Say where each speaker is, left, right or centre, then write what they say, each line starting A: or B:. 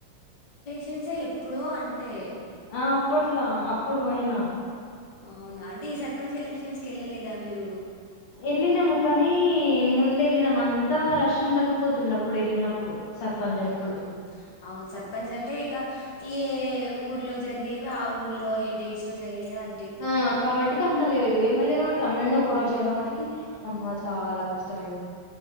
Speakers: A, on the left; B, on the left.
A: సెన్సె ఎప్పుడో అంటే
B: ఆ అప్పట్లా అప్పుడు పోయినా
A: అవునా అంటే ఈ సర్పంచ్ ఎలక్షన్స్ కి వెళ్ళలేదా మీరు
B: వెళ్ళినాము కానీ ముందె వెళ్ళినామ్ అంతా రష్ ఉండకపోతుండ అప్పుడు వెళ్ళినప్పుడు సర్పంచ్
A: ఉ
B: అప్పుడు
A: అవును సప్పంచ్ అంటే ఇగ ఏ ఊర్లో జరిగేవి ఆ ఊర్లో ఏ డేస్ లో జరిగేవి అది
B: ఆ కాబట్టి కి అంత లేదు ఎమ్మెల్యే కాబట్టి అన్ని ఒక రోజు జే కాబట్టికి అమ్మ చాలా కష్టమైత ది